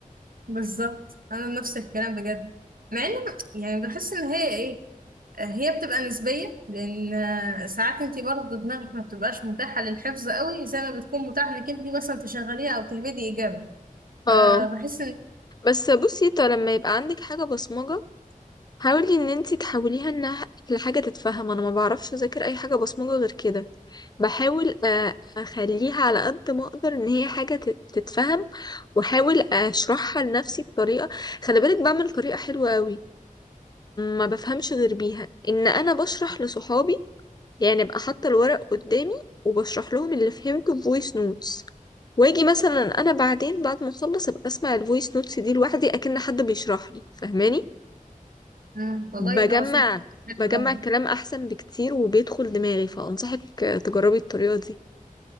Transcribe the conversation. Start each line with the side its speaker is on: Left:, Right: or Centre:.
Right: بالظبط انا نفس الكلام بجد مع ان يعني بحس ان هي ايه هي بتبقى نسبيه لان ساعات انت برضه دماغك ما بتبقاش متاحه للحفظ قوي زي ما بتكون متاحه انك انت مثلا تشغليها او تهبدي ايجابي
Left: اه
Right: فبحس ان
Left: بس بصي طب لما يبقى عندك حاجة بصمجة حاولي ان انتي تحوليها انها لحاجه تتفهم انا ما بعرفش اذاكر اي حاجه بصمجه غير كده بحاول آه، اخليها على قد ما اقدر ان هي حاجه تت- تتفهم واحاول اشرحها لنفسي بطريقه خلي بالك بعمل طريقه حلوه قوي ما بفهمش غير بيها ان انا بشرح لصحابي يعني ابقى حاطه الورق قدامي وبشرح لهم اللي فهمته بفويس نوتس واجي مثلا انا بعدين بعد ما اخلص ابقى اسمع الفويس نوتس دي لوحدي اكن حد بيشرح لي فاهماني
Right: مم. والله
Left: بجمع
Right: العظيم حلو
Left: بجمع
Right: أوي.
Left: الكلام احسن بكتير وبيدخل دماغي فانصحك تجربي الطريقة دي